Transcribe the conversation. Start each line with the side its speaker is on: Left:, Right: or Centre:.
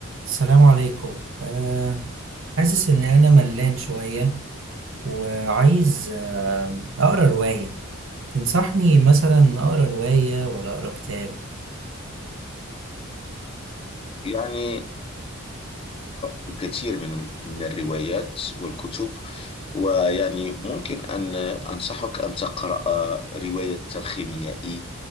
Right: السلام عليكم أه حاسس إن أنا ملان شوية وعايز آه، أقرأ رواية تنصحني مثلا أقرأ رواية ولا أقرأ كتاب؟
Left: يعني قرأت الكثير من من الروايات والكتب ويعني ممكن أن أنصحك أن تقرأ رواية الخيميائي